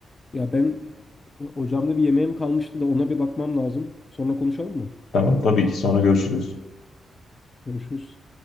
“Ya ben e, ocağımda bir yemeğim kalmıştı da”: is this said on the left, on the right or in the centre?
Left